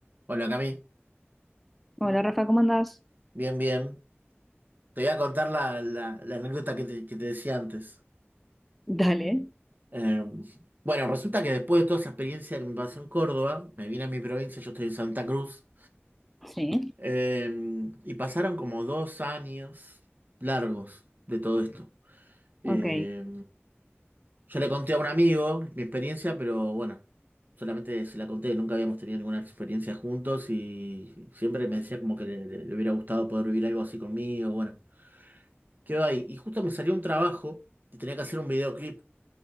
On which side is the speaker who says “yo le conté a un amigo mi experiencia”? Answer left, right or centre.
Right